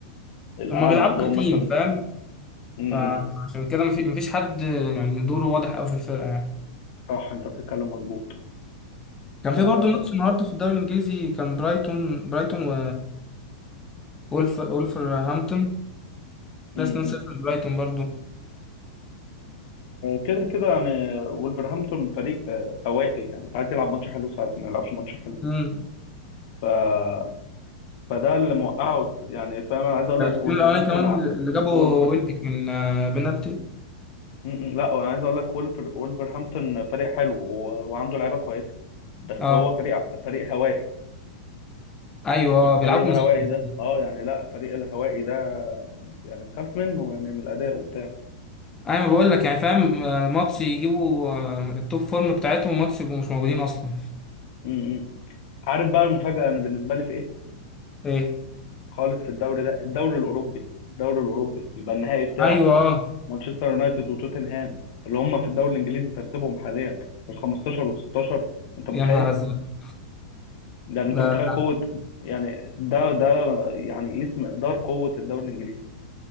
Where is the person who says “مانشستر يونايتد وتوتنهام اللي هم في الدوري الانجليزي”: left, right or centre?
Left